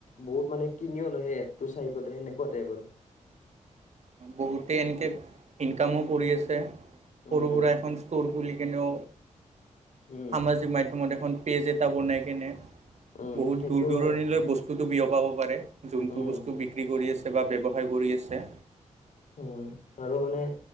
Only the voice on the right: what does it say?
বহুতেই এনেকৈ ইনকামো কৰি আছে,
সৰু সুৰা এখন ষ্ট'ল। খুলি কেনেও
সামাজিক মাধ্যমত এখন পেজ এটা বনাই কেনে।
বহুত
দূৰ দূৰণিলৈ
বস্তুতটো বিয়পাব পাৰে, যোনটো
বস্তু বিক্ৰী কৰি আছে। বা ব্যৱসায় কৰি আছে।